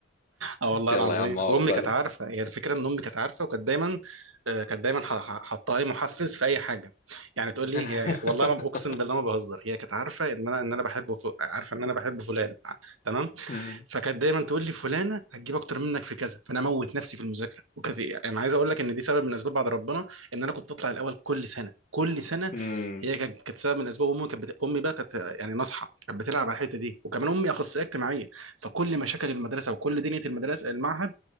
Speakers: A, on the right; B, on the left.
A: اه والله
B: يلا
A: العظيم
B: يا عم عقبالك
A: وامي كانت عارفه هي الفكره ان امي كانت عارفه وكانت دايما آه، كانت دايما ح- ح- حاطه لي محفز في اي حاجه يعني تقول
B: <laughs>
A: لي هي والله ما اقسم بالله ما بهزر هي كانت عارفه ان انا ان انا بحب ف... عارفه ان انا بحب فلان ع- تمام
B: امم
A: فكانت دايما تقول لي فلانه هتجيب اكتر منك في كذا فانا اموت نفسي في المذاكره وكانت يعني انا عايز اقول لك ان دي سبب من اسباب بعد ربنا ان انا كنت اطلع الاول كل سنه كل سنه
B: امم
A: هي كانت كانت سبب من اسباب امي كانت بت... امي بقى كانت يعني ناصحه كانت بتلعب على الحته دي وكمان امي اخصائيه اجتماعيه فكل مشاكل المدرسه وكل دنيا المدرسه المعهد